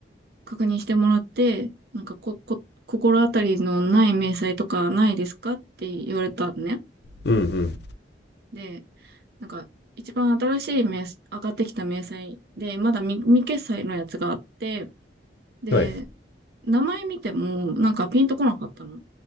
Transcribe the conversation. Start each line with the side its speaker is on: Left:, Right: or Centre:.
Right: 確認してもらって、なんかこ、こ、心当たりのない明細とかないですかって言われたのね。
Left: うん。
Right: で、なんか、一番新しい明細、上がってきた明細で、まだ未、未決済のやつがあって、で、
Left: うん。はい。
Right: 名前見ても、なんかピンとこなかったの。